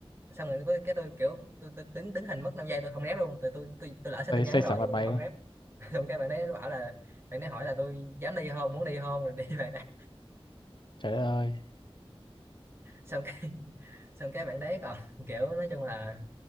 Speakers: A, on the right; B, on the left.
A: xong rồi tôi, cái tôi kiểu tôi, tôi đứng đứng hình mất năm giây tôi không rep luôn tại tôi tôi tôi lỡ xin
B: xây
A: tin nhắn
B: xây
A: rồi
B: xả mặt
A: nhưng mà
B: mày
A: tôi không
B: quá
A: rep <laughs> xong cái bạn đấy bảo là bạn đấy hỏi là tôi dám đi không muốn đi không rồi đi <laughs> bạn đấy
B: trời đất ơi
A: xong cái xong cái bạn đấy còn <laughs> kiểu nói chung là